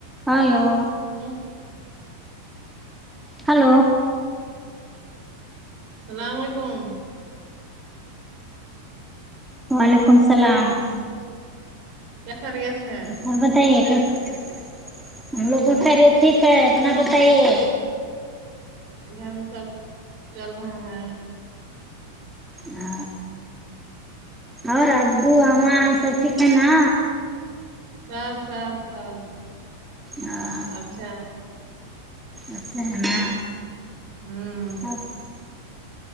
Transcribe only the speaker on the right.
آہ
السلام علیکم
خیریت ہے
ادھر سب چل رہا ہے
سب سب سب
اچھا
ہاں